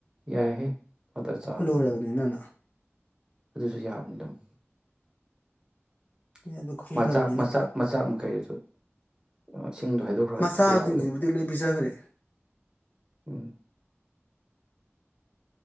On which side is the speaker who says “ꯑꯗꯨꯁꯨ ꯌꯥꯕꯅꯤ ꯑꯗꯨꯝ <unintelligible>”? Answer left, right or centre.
Right